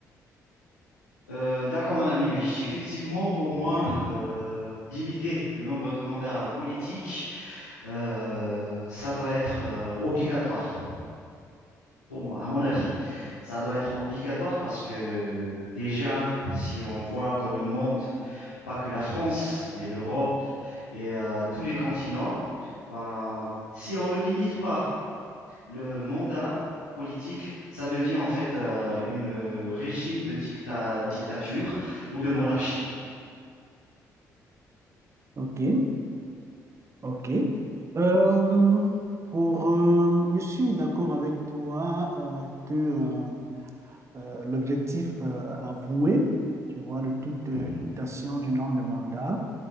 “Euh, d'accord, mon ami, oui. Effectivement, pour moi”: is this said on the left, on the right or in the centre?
Left